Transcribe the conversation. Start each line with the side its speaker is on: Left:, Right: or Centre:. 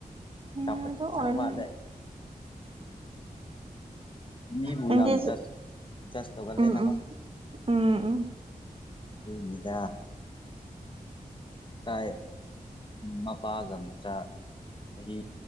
Right: ꯎꯝ
Left: ꯆꯥꯎꯈꯠꯄ
Right: ꯑꯗꯨ ꯑꯣꯏꯔꯦ
Left: ꯈꯔ ꯋꯥꯂ ꯃꯤꯕꯨ
Right: ꯅꯪꯗꯤ
Left: ꯌꯥꯝ ꯖꯁ ꯖꯁ ꯇꯧꯒꯜꯂꯦꯅꯀꯣ
Right: ꯎꯝ ꯎꯝ ꯎꯝ ꯎꯝ
Left: ꯍꯏꯅꯤꯗ ꯀꯥꯏ ꯃꯄꯥꯒ ꯃꯆꯥ ꯆꯍꯤ